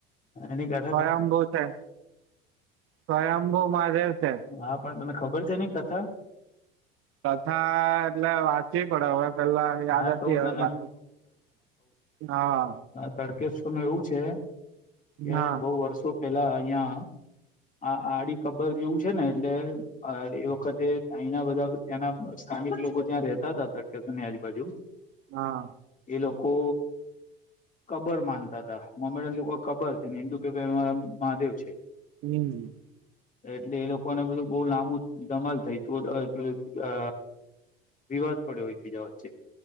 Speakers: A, on the left; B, on the right.
A: એની પેલા
B: સ્વયંભૂ છે સ્વયંભૂ મહાદેવ છે.
A: હા પણ તમને ખબર છે એની કથા
B: કથા એટલે વાંચવી પડે હવે પેલા યાદ
A: હા
B: હતી
A: તો હું
B: હવે
A: તને
B: પાછું હા
A: આ તળકેશ્વરનુ એવું છે કે
B: હા
A: બઉ વર્ષો પેલા અહિયાં આ આડી કબર જેવું છે ને એટલે એ વખતે અહીનાં બધાં ત્યાંના સ્થાનિક લોકો ત્યાં રહેતા હતા તડકેસ ની આજુબાજુ
B: હા.
A: એ લોકો કબર માનતા હતા મમ્મી લોકો કબર છે ને હિન્દુ કે ભાઈ અ મહાદેવ છે.
B: હમ
A: એટલે એ લોકોને બધું બઉ લાંબુ ધમાલ થઈ તું એ પેલું અ વિવાદ પડ્યો એકબીજા વચ્ચે